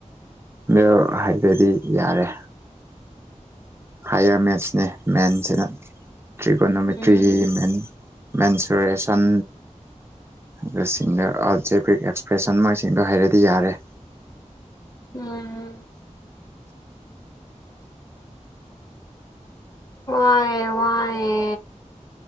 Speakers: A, on the right; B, on the left.
A: ꯗ‌ꯣ ꯍꯥꯏꯐ‌ꯦꯠꯗꯤ ꯌꯥꯔꯦ ꯍꯥꯏꯌꯔ ꯃꯦꯠꯁꯅꯦ ꯃꯦꯟꯁꯤꯅ ꯇ꯭ꯔꯤꯒꯣꯅꯣꯃꯤꯇ꯭ꯔꯤ
B: ꯎꯝ
A: ꯃꯦꯟ ꯃꯦꯟꯁꯨꯔꯦꯁꯟ ꯑꯗꯨꯁꯤꯡꯗ‌ꯣ ꯑꯜꯖꯦꯕ꯭ꯔꯤꯛ ꯑꯦꯛꯁꯄ꯭ꯔꯦꯁꯟ ꯃꯣꯏꯁꯤꯡꯗꯣ ꯍꯩꯔꯗꯤ ꯌꯥꯔꯦ
B: ꯎꯝ ꯋꯥꯑꯦ ꯋꯥꯏꯌꯦ